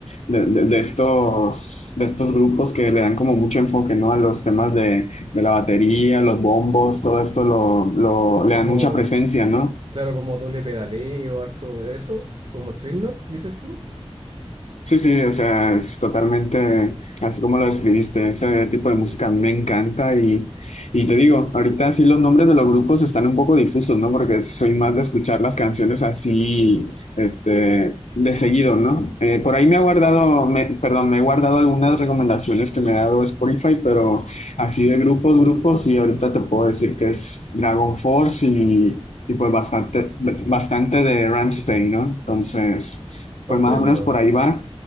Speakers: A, on the left; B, on the right.
A: de, de- de estos, de estos grupos que le dan como mucho enfoque, ¿no? A los temas de, de la batería, los bombos, todo esto lo, lo, le
B: Como,
A: dan mucha presencia, ¿no?
B: claro, como doble pedaleo, harto de eso. Como Slipknot, dices tú.
A: Sí, sí, o sea, es totalmente así como lo describiste. Ese tipo de música me encanta y, y te digo, ahorita sí los nombres de los grupos están un poco difusos, ¿no? Porque soy más de escuchar las canciones así, este, de seguido, ¿no? Eh, por ahí me ha guardado, me, perdón, me he guardado algunas recomendaciones que me ha dado Spotify, pero así de grupos, grupos, y ahorita te puedo decir que es Dragon Force y, y pues bastante, bastante de Rammstein, ¿no? Entonces...
B: Comprendo.
A: Pues más o menos por ahí va.